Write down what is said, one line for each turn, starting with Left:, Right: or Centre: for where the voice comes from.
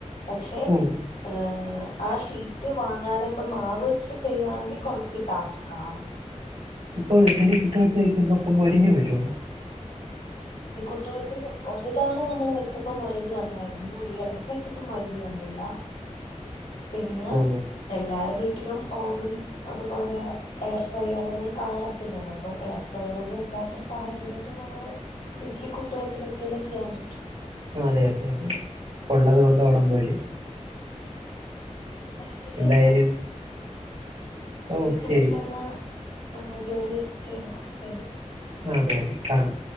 Left: പക്ഷെ
Right: ഉം
Left: ഹേ ആ ഷീറ്റ് വാങ്ങാതെ ഇപ്പ മാവ് വെച്ചിട്ട് ചെയ്യുവാണെങ്കിൽ കൊറച്ച് ടാസ്കാണ്
Right: ഇപ്പൊ ഇഡലി കുട്ടകത്തിൽ വെക്കുമ്പോ ഇപൊ മൊരിഞ്ഞു വരൊ?
Left: ഈ കുട്ടകത്തിൽ ഒരു തവണ നമ്മൾ വെച്ചപ്പൊ മൊരിഞ്ഞു വന്നായിരുന്നു ഈ എടക്ക് വെച്ചപ്പൊ മൊരിഞ്ഞു വന്നില്ല. പിന്നെ
Right: ഓ
Left: എല്ലാരും വീട്ടിലും ഓവൻ അതുപോലെ. എയർ ഫ്രയർ ഒന്നും കാണത്തില്ലല്ലോ അപ്പൊ എയർ ഫ്രയർ ഒന്നും ഇല്ലാത്ത സാഹചര്യത്തിൽ നമ്മള്. ഇഡ്ലി കുട്ടകത്തിലൊക്കെ അല്ലെ ചെയ്യാൻ പറ്റു.
Right: അതെ അതെ അതെ ഉള്ളത് കൊണ്ട് ഓണം പോലെ
Left: ന്നാ ശരിയെന്നാ.
Right: എന്തായാലും ഓ
Left: ഫുഡ്‌
Right: ശരി
Left: കഴിച്ചിട്ടെന്നാ ജോലി ചെയ്തക്കോ ശരി
Right: ആഹ് അതെ അതെ കാണും